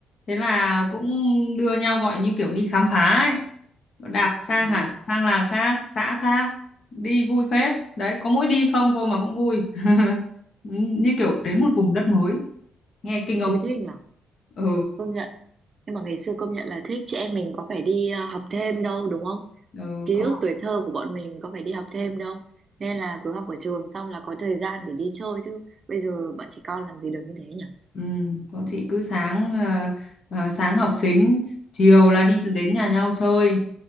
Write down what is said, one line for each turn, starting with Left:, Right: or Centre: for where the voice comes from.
Left: thế là cũng đưa nhau gọi như kiểu đi khám phá ấy đạp xa
Right: Ừ.
Left: hẳn sang làng khác xã khác đi vui phết đấy có mỗi đi không thôi mà cũng vui <laughs> như kiểu đến một vùng đất mới nghe kinh không
Right: Ôi thích nhở
Left: ừ,
Right: công nhận nhưng mà ngày xưa công nhận là thích chị em mình có phải đi ờ, học thêm đâu đúng không
Left: ừ
Right: ký
Left: có
Right: ức
Left: học
Right: tuổi thơ của bọn mình có phải đi học thêm đâu nên là cứ học ở trường xong là có thời gian để đi chơi chứ bây giờ bọn trẻ con làm gì được như thế nhỉ
Left: ừ, con chị cứ sáng à, à, sáng học chính chiều là đi đến nhà nhau chơi